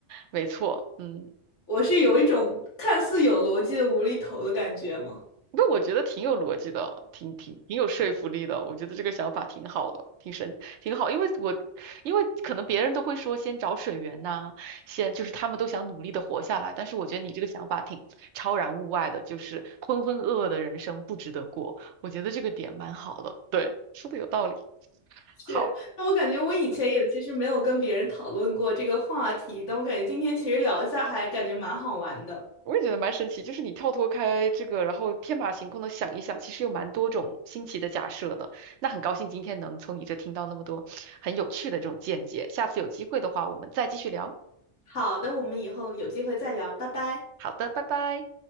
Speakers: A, on the right; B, on the left.
A: 没错，嗯。
B: 我是有一种看似有逻辑的无厘头的感觉吗？
A: 不，我觉得挺有逻辑的，挺挺挺有说服力的。我觉得这个想法挺好的，挺神，挺好。因为我，因为可能别人都会说先找水源呐、先就是他们都想努力的活下来。但是我觉得你这个想法挺超然物外的，就是浑浑噩噩的人生不值得过。我觉得这个点蛮好的，对，说的有道理。
B: 是，
A: 好。
B: 那我感觉我以前也其实没有跟别人讨论过这个话题，但我感觉今天其实聊一下还感觉蛮好玩的。
A: 我也觉得蛮神奇，就是你跳脱开这个，然后天马行空的想一想，其实有蛮多种新奇的假设的。那很高兴今天能从你这听到那么多很有趣的这种见解，下次有机会的话，我们再继续聊。
B: 好的，我们以后有机会再聊，拜拜。
A: 好的，拜拜。